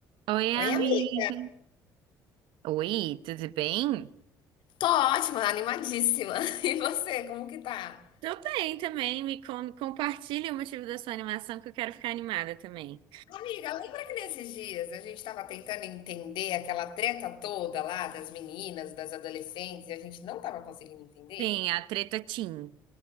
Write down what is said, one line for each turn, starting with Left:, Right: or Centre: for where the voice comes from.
Right: Oi,
Left: Oi,
Right: amiga.
Left: amiga.
Right: Oi, tudo bem?
Left: Tô ótima, animadíssima. <laughs> E você, como que tá?
Right: Tô bem também, me com- compartilhe o motivo da sua animação que eu quero ficar animada também.
Left: Amiga, lembra que nesses dias a gente tava tentando entender aquela treta toda lá das meninas, das adolescentes, e a gente não tava conseguindo entender?
Right: Sim, a treta Tim.